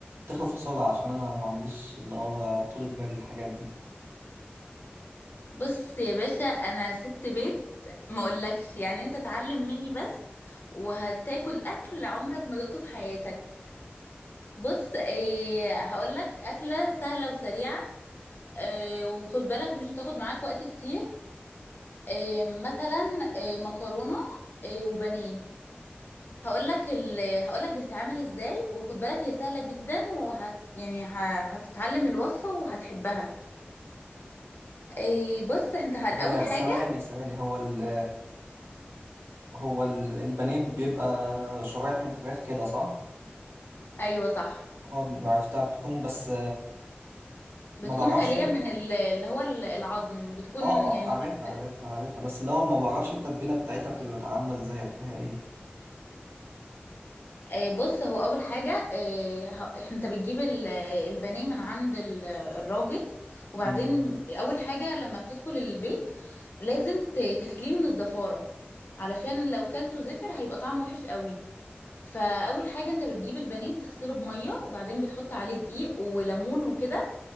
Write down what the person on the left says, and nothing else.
بص يا باشا انا ست بيت ما اقولكش يعني انت اتعلم مني بس وهتاكل اكل عمرك ما دقته في حياتك بص ايه هقولك اكله سهله وسريعه ايه وخد بالك مش هتاخد معاك وقت كتير ايه مثلا ايه مكرونه ايه وبانيه هقولك ال... هقولك بتتعمل ازاي وخد بالك هي سهله جدا وهت يعني ه... هتتعلم الوصفه وهتحبها ايه بص انت الاول
حاجه
ايوه صح
بتكون
خالية
من ال- اللي هو ال- العظم بتكون
يعني
في-
آه، بص هو أول حاجة آه، ه- احنا- انت بتجيب ال- البانيه من عند ال- الراجل وبعدين
أول حاجة لما بتدخل البيت لازم ت- تخليه من الزفارة علشان لو كلته زفر هيبقى طعمه وحش قوي فأول حاجة انت بتجيب البانيه بتغسله بمية وبعدين بتحط عليه دقيق وليمون وكده